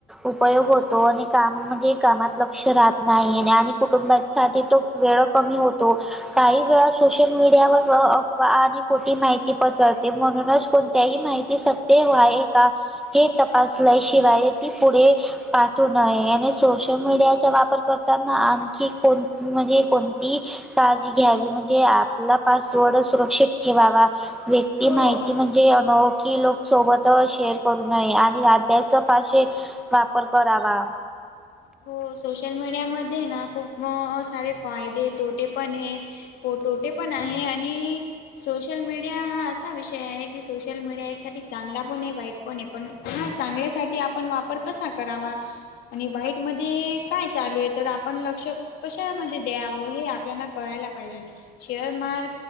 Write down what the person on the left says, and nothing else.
हो.
हो सोशल मीडियामध्ये ना खूप सारे फायदे तोटे पण हे पोटो ते पण आहे आणि सोशल मीडिया हा असा विषय आहे की सोश ल मीडियासाठी चांगला पण आहे वाईट प पण हा चांगल्यासाठी आपण वापर कसा करावा आणि वाईट काय चालू आहे तर आपण लक्ष कशामध्ये द्यावं हे आपल्याना कळायला पाहिजे शेअर मार